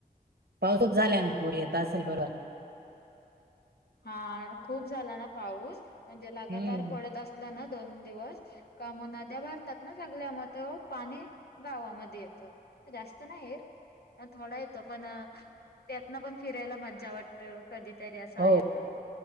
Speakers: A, on the right; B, on the left.
A: पाऊसच झाल्यानंतर पूर येत असल बरं
B: हा खूप झाला ना पाऊस. म्हणजे लगातार
A: हम्म.
B: पडत असल्यान दोन दिवस का म नद्या भरतात ना. सगल्या मत पाणी गावामध्ये येत जास्त नाही येतं. ह थोडा येतो पण त्यातन पण फिरायला मज्जा वाटत. कधीतरी असा
A: हो
B: येतो.